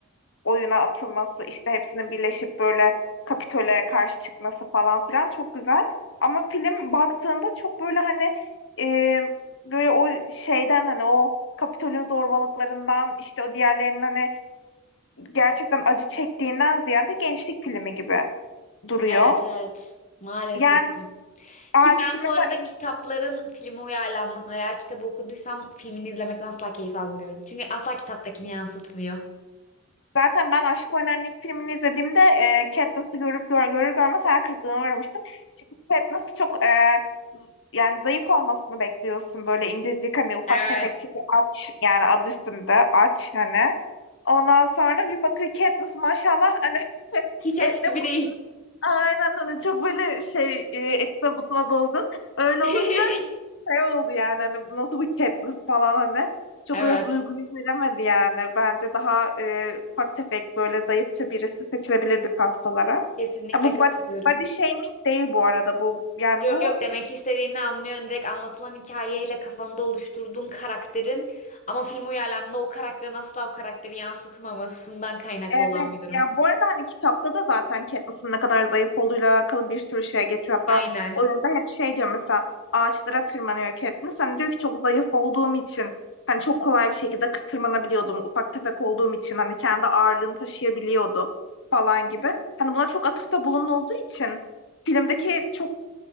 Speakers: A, on the left; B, on the left.
A: oyuna atılması, işte hepsinin birleşip böyle Kapitol'e karşı çıkması falan filan çok güzel. Ama film baktığında çok böyle hani e, böyle o şeyden hani o Kapitol'ün zorbalıklarından işte o diğerlerinin hani gerçekten acı çektiğinden ziyade gençlik filmi gibi duruyor.
B: Evet evet maalesef.
A: Yani abi
B: Ki ben
A: ki mesela
B: bu arada
A: ilk-
B: kitapların filme uyarlanmasını veya kitabı okuduysam filmini izlemekten asla keyif almıyorum. Çünkü asla kitaptakini yansıtmıyor.
A: zaten ben Aşk Oynar'ın ilk filmini izlediğimde e, Katniss'ı görüp gör, görür görmez hayal kırıklığına uğramıştım. Çünkü Katniss çok e, z- yani zayıf olmasını bekliyorsun. Böyle incecik hani ufak
B: Evet.
A: tefek çünkü aç yani adı üstünde aç hani. Ondan sonra bir bakıyor Katniss maşallah hani <laughs>
B: Hiç aç
A: etle
B: gibi değil.
A: Aynen hani çok böyle şey e, etine butuna dolgun. Öyle
B: <laughs>
A: olunca şey oldu yani hani bu nasıl bir Katniss falan hani. Çok
B: Evet.
A: öyle duyguyu veremedi yani. Bence daha e, ufak tefek böyle zayıfça birisi seçilebilirdi kast olarak.
B: Kesinlikle
A: Ya bu bod-
B: katılıyorum.
A: body shaming değil bu arada bu. Yani
B: Yok
A: bu
B: yok demek istediğini anlıyorum. Direkt anlatılan hikayeyle kafanda oluşturduğun karakterin ama film uyarlandığında o karakterin asla o karakteri yansıtmamasından kaynaklı
A: Evet.
B: olan bir durum.
A: Ya bu arada hani kitapta da zaten Katniss'in ne kadar zayıf olduğuyla alakalı bir sürü şey geçiyor. Hatta
B: Aynen.
A: oyunda hep şey diyor mesela ağaçlara tırmanıyor Katniss. Hani diyor ki çok zayıf olduğum için hani çok kolay bir şekilde kı- tırmanabiliyordum. Ufak tefek olduğum için hani kendi ağırlığını taşıyabiliyordu falan gibi. Hani buna çok atıfta bulunulduğu için filmdeki çok